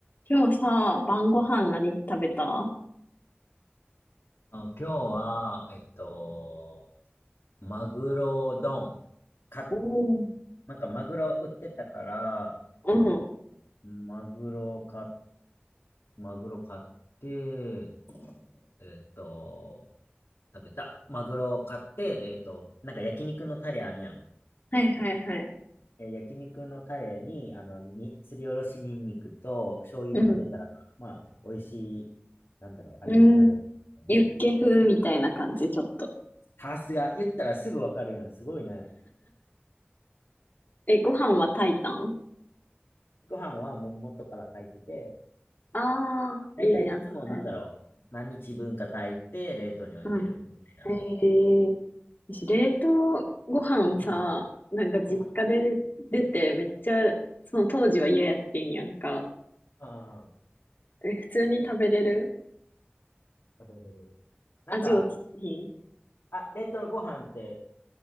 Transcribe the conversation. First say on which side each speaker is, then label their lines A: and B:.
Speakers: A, on the left; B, on the left.
A: 今日さ、晩ご飯何食べた
B: あ、今日は、えっと、マグロ丼。か、
A: おー
B: なんかマグロ売ってたから、
A: うん。
B: マグロ買っ、マグロ買って、えっと、食べた。マグロを買って、で、えっと、なんか焼肉のタレあるやん。
A: はいはいはい。
B: え、焼肉のタレに、あの、に、すりおろしニンニクと醤油混ぜたら、
A: うん。
B: まあ、美味しい、なんだろう、あれになるよね。
A: うん。ユッケ風みたいな感じ、ちょっと。
B: さすが、言ったらすぐわかるやん。すごいね。
A: え、ご飯は炊いたん
B: ご飯はもう元から炊いてて、
A: ああー、
B: だいたいいつもなんだろう、
A: いいねあったやつ。
B: 何日分か炊いて冷凍に置いてるみたいな。
A: うん。へえ。私、冷凍ご飯さ、
B: うん。
A: なんか実家で出て、
B: うん。
A: めっちゃ、その当時は嫌やってんやんか。
B: ああ、
A: え、普通に食べれる
B: 食べれる。なんか、
A: 味落ちひん
B: あ、冷凍ご飯って、